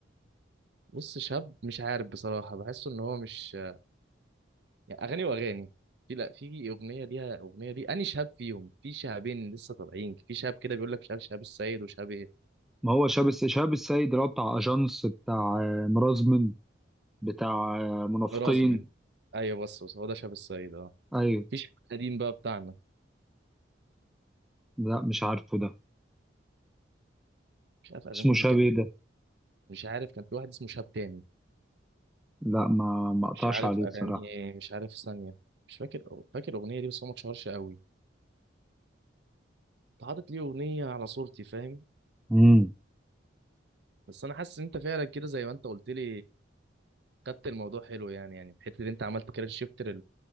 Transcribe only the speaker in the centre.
ما هو شهاب الس- شهاب السيد اللي هو بتاع اجانس بتاع آه، مرازمن بتاع آه، منافقين
ايوه
لا مش عارفه ده
اسمه
شاب
ده
لا ما ما اقطعش
عليه
الصراحه
امم